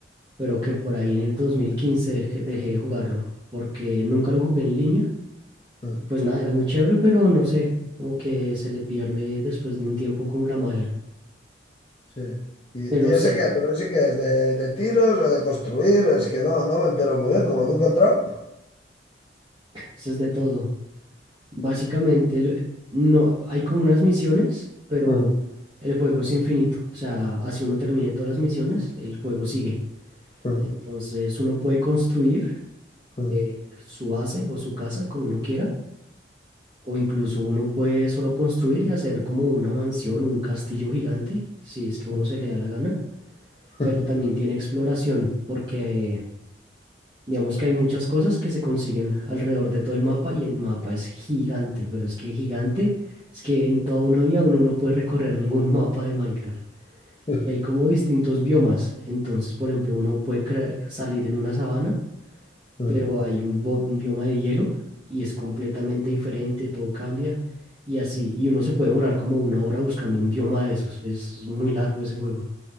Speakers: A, on the right (about 25°); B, on the left (about 30°).
A: pero que por ahí en el 2015 dejé dejé de jugarlo, porque nunca lo jugué en línea.
B: mm.
A: Y pues nada, era muy chévere, pero no sé, como que se le pierde después de un tiempo como la magia.
B: Sí. Y,
A: Pero
B: y ese
A: sí,
B: que, pero ese que es de, de tiros o de construir, es que no, no me entero muy bien, como nunca he entrado.
A: eso es de todo. Básicamente, el- no, hay como unas misiones, pero
B: Mm,
A: el juego es infinito. O sea, así uno termine todas las misiones, el juego sigue.
B: mm,
A: Entonces uno puede construir
B: mm,
A: eh, su base o su casa como uno quiera O incluso uno puede solo construir y hacer como una mansión, un castillo gigante, si es que a
B: mm,
A: uno se le da la gana, pero
B: mm,
A: también tiene exploración, porque eh, digamos que hay muchas cosas que se consiguen alrededor de todo el mapa y el mapa es gigante, pero es que gigante es que en toda una vida uno no puede recorrer ningún <laughs> mapa de Minecraft.
B: mm,
A: Y hay como distintos biomas, entonces por ejemplo uno puede cre- salir en una sabana
B: mm.
A: pero hay un, bo- un bioma de hielo y es completamente diferente, todo cambia y así. Y uno se puede demorar como una hora buscando un bioma de esos. Es muy largo ese juego.